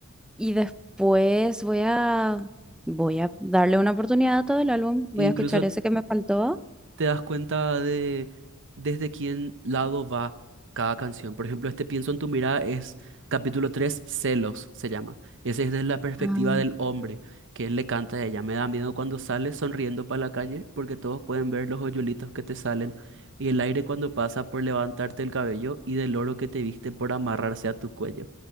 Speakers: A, in the centre; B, on the right.
A: Y después voy a, voy a darle una oportunidad a todo el álbum. Voy
B: Incluso
A: a escuchar ese que me faltó.
B: te das cuenta de desde quién lado va cada canción. Por ejemplo, este Pienso en tu mirada es capítulo 3 Celos se llama. Ese es desde la perspectiva
A: Ah,
B: del hombre, que él le canta a ella. Me da miedo cuando sales sonriendo para la calle porque todos pueden ver los hoyuelitos que te salen y el aire cuando pasa por levantarte el cabello y del oro que te viste por amarrarse a tu cuello.